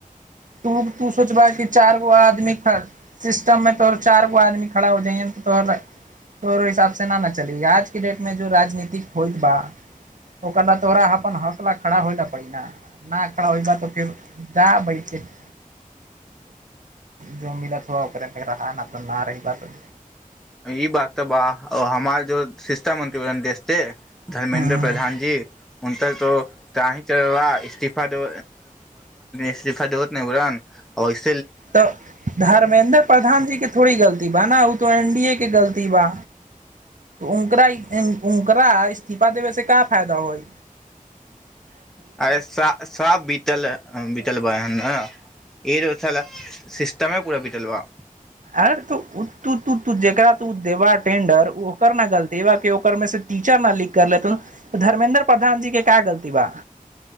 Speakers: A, on the right; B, in the centre.
A: तू तू सोचबा कि चार गो आदमी खा सिस्टममे तोहर चारि गो आदमी खड़ा हो जाइय तऽ तोहरा तोरो हिसाबसँ नहि न चलै आजके डेटमे जो राजनीतिक होइत बा ओकर लऽ तोरा अपन हौसला खड़ा होइ ल पड़ै न न खड़ा होय बा तऽ फेर जा बैठ ज जो मिलत हुआ ओकरे त रहा न तऽ न रही बात
B: ई बात तऽ ब हमार जो शिक्षा मंत्री देशे धर्मेेन्द्र
A: ह
B: प्रधान जी ो तीला इस्तीफा देो इस्तीफा दे <unintelligible>
A: तऽ धर्मेेन्द्र प्रधान जी के थोड़ी गलती बा ना तो एन डी ए के गलती बा उकरा इस्तीफा देबे से का फायदा होइ
B: अरे सब बीतल बीतल बाय ह ईरोसल सिस्टममे कूरा बिटलव
A: अ त त जेकरा तू देबा टेंडर ओकर न गलतीा ओकर मे से टीचर न लिख कर लेत ह त धर्मेेन्द्र प्रधान जी के का गलती बा